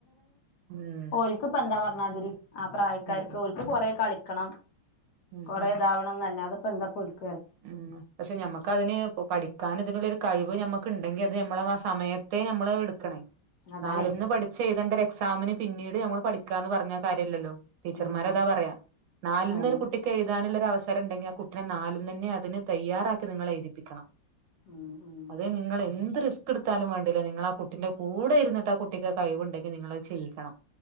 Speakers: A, on the right; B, on the left.
A: ഉം
B: ഓരിക് ഇപ്പ എന്താ പറഞ്ഞാതിരി ആ പ്രായക്കാർക്ക്
A: ഉം
B: ഓക്ക് കൊറെ കളിക്ക ക്കണം.
A: ഉം
B: കൊറെേ
A: ഉം
B: ഇതാവണംന്നല്ല അത് <unintelligible>
A: ഉം പക്ഷെ നമ്മക്കതിന് ഇപ്പോ പഠിക്കാൻ ഇതിനുള്ളേ കഴിവ് നമ്മക്ക ഉണ്ടെങ്കി അത് നമ്മളത് ആ സമയത്തെ നമ്മള് എടുക്കണേ
B: അതാണേ
A: നാലിന്ന് പഠിച്ച എഴുതേണ്ടേ എക്സാമിന് പിന്നീട് നമ്മൾ പഠിക്കാന്ന് പറഞ്ഞ കാര്യല്ലല്ലോ ടീച്ചർമാരതാ
B: ഉം
A: പറയാ നാലിന്നൊരു
B: അതന്നെ
A: കുട്ടിക്ക് എഴുതാനല്ല അവസരം ഉണ്ടെങ്കി ആ കുട്ടിനെ നാല് നെന്നെ അതിന് തയ്യാറാക്കി നിങ്ങളേഴുതിപ്പിക്കണം
B: ഉം ഉം
A: അതെ നിങ്ങളേന്ത് റിസ് സ്ക്ക് എടുത്താലും വേണ്ടില്ല നിങ്ങളാകുട്ടിന്റെ കൂടെ ഇരുന്നട്ട് ആ കുട്ടിക്ക് കഴിവുണ്ടെങ്കിൽ നിങ്ങളത് ചെയ്യിക്കണം